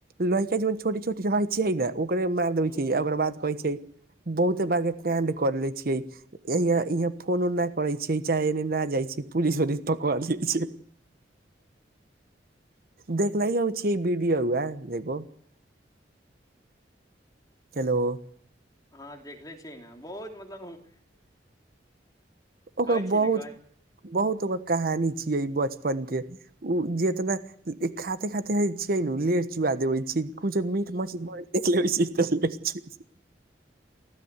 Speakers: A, on the right (about 50°); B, on the left (about 20°).
A: लड़का जन छोटी छोटी रहै छै ने ओकरे मारि देबै
B: हूँ
A: छै ओकर बाद कहै छै बहुते बार के कांड क ले छियै यह इहाँ फोन उ नहि करे छीये चाहे न जाइ छै पूरी सोरी पकव लै छै देखलय हम छीही बीबी आओर वएह एगो हेलो
B: हँ देखले छिही ने बहुत मतलब
A: ओकर
B: कहै छी
A: बहुत
B: ने कही
A: बहुत ओको कहानी छियै ई बचपन के ओ जेतना इ खाते खाते हे छियै न लेर चुआ देवे छी कुछ मीट मछली देखलैबै छै इ लेर चुयाबै छै